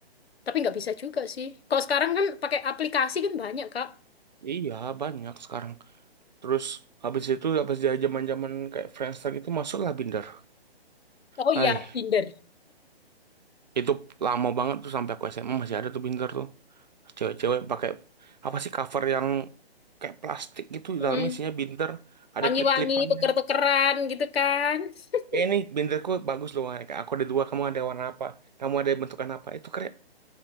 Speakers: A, on the left; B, on the right.
A: tapi nggak bisa juga sih. Kalau sekarang kan pakai aplikasi kan banyak kak.
B: Iya banyak sekarang. Terus habis itu habis dia zaman-zaman kayak Friendster itu masuklah Binder.
A: Oh iya,
B: Ay,
A: Tinder.
B: itu lama banget tuh sampai aku SMA masih ada tuh Binder tuh. Cewek-cewek pakai apa sih cover yang kayak plastik gitu
A: Mm.
B: dalamnya isinya Binder, ada
A: Wangi-wangi,
B: klip-klipannya.
A: tuker-tukeran gitu kan. <laughs>
B: Eh, ini binderku bagus loh Wan. Aku ada dua, kamu ada warna apa? Kamu ada bentukan apa? Itu keren.